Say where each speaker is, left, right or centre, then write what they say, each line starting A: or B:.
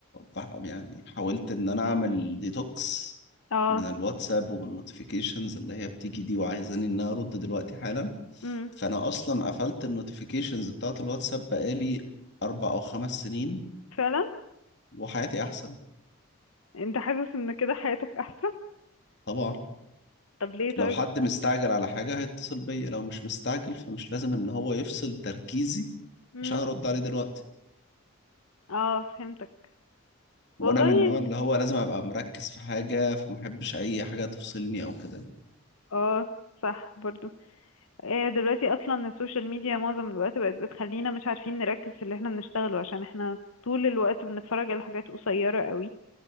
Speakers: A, on the left; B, on the left.
A: بح- يعني حاولت ان انا اعمل ديتوكس
B: اه
A: من الواتساب ومن النوتيفيكيشنز اللي هي بتيجي دي وعايزاني ان انا ارد دلوقتي حالا
B: امم
A: فانا اصلا قفلت النوتيفيكيشنز بتاعت الواتساب بقالي اربع او خمس سنين
B: فعلا
A: وحياتي احسن
B: انت حاسس ان كده حياتك احسن
A: طبعا
B: طب ليه طيب
A: لو حد مستعجل على حاجة هيتصل بيا لو مش مستعجل فمش لازم ان هو يفصل تركيزي
B: امم
A: عشان ارد عليه دلوقتي
B: اه فهمتك والله
A: وانا من النوع اللي هو لازم ابقى مركز في حاجة فمحبش اي حاجة تفصلني او كده
B: اه صح برضو آه دلوقتي اصلا السوشيال ميديا معظم الوقت بقت بتخلينا مش عارفين نركز في اللي احنا بنشتغله عشان احنا طول الوقت بنتفرج على حاجات قصيرة قوي